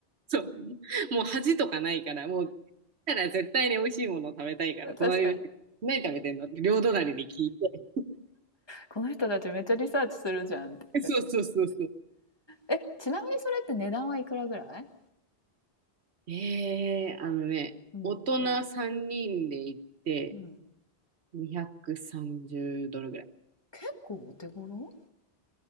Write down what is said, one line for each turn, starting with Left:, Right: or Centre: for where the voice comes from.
Right: そう。<laughs> もう恥とかないから、もう、たら絶対に美味しいものを食べたいから、
Left: 確かに
Right: 隣の人、何食べてんのって両隣に聞いて。
Left: この人たちめっちゃリサーチするじゃんって
Right: <laughs> そうそうそうそう。
Left: え、ちなみにそれって値段はいくらぐらい
Right: ええあのね、
Left: うん
Right: 大人3人で行って
Left: うん
Right: 230ドルぐらい。
Left: 結構お手頃